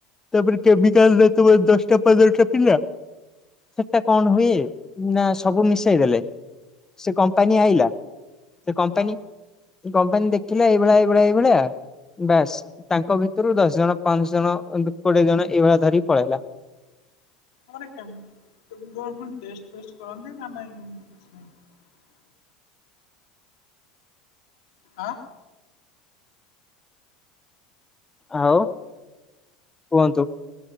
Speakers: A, on the left; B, on the left.
A: ତାପରେ କେମିକାଲରେ ତମେ ଦଶଟା ପନ୍ଦରଟା ପିଲା। ସେଟା କଣ
B: ହଁ
A: ହୁଏ, ନା ସବୁ ମିଶେଇ ଦେଲେ ସେ କମ୍ପାନୀ
B: ହଁ
A: ଆଇଲା ସେ କମ୍ପାନୀ
B: ହଁ
A: କମ୍ପାନୀ ଦେଖିଲା ଏଇଭଳିଆ ପୁରା ଏଇ ଭଳିଆ ବାସ୍ ତାଙ୍କ ଭିତରୁ ଦଶ ଜଣ, ପାଞ୍ଚ ଜଣ ଏମିତି କୋଡିଏ ଜଣ ଏଇଭଳିଆ ଧରି ପଳେଇଲା। <inaudible>
B: ଆ ମାନେ କେମ୍ କେମିତି କଣ ପୁଣି ଟେଷ୍ଟଫେଷ୍ଟ୍ କରନ୍ତି ନା ନାହିଁ ନା ଏମିତି କିଛି ନାହିଁ? ଆଁ?
A: ଆଉ, କୁହନ୍ତୁ।